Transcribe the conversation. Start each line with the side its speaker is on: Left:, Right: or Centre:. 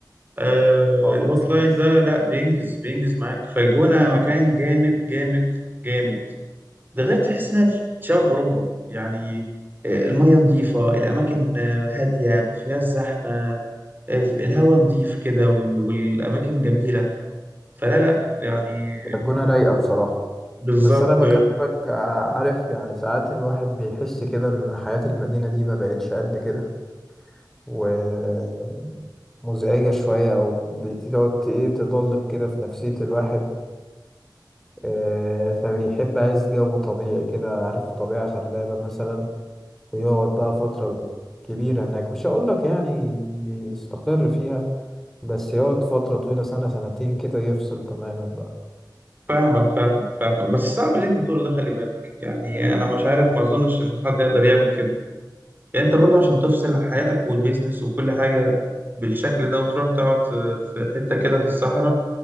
Right: آه
Centre: خلاص
Right: الهوت لاين
Centre: ماشي
Right: ده لا بينجز بينجز معاك فالجونة مكان جامد جامد جامد ده غير تحس انها في شبه اوروبا يعني آه، المية نظيفة الأماكن آه، هادية ما فيهاش زحمة آه، الهواء نظيف كده وال- والأماكن جميلة فلا لا يعني
Centre: الجونة رايقة بصراحة
Right: بالظبط
Centre: بس أنا بكلمك
Right: آه،
Centre: آه، عارف يعني ساعات الواحد بيحس كده إن حياة المدينة دي ما بقتش قد كده ومزعجة شوية أو بتقعد ت- إيه تضلم كده في نفسية الواحد آه، فبيحب عايز جو طبيعي كده عارف طبيعة خلابة مثلا ويقعد بقى فترة كبيرة هناك مش هقولك يعني يستقر فيها بس يقعد فترة طويلة سنة سنتين كده يفصل تماما بقى
Right: فاهمك فاهمك فاهمك بس صعب اللي أنت تقوله ده خلي بالك يعني أنا مش عارف ما أظنش إن حد يقدر يعمل كده يعني انت برضه عشان تفصل حياتك والبيزنس وكل حاجة بالشكل ده وتروح تقعد في في حتة كده في الصحراء